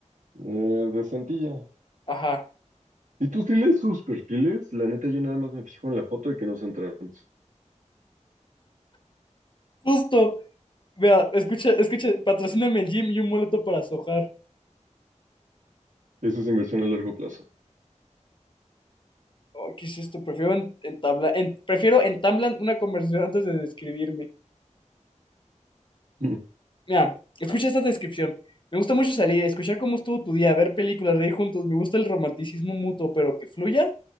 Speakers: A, on the right; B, on the left.
A: eh, de Santilla.
B: ajá.
A: ¿Y tú sí lees sus perfiles? La neta, yo nada más me fijo en la foto de que no son trans.
B: Justo. Vea, escucha, escucha, patrocíname el gym y un boleto para sojar.
A: Eso es inversión a largo plazo.
B: Oh, ¿qué es esto? Prefiero en- entablar, en- prefiero entablan una conversación antes de describirme.
A: <laughs>
B: Mira, escucha esta descripción. Me gusta mucho salir, escuchar cómo estuvo tu día, ver películas, reír juntos. Me gusta el romanticismo mutuo, pero que fluya,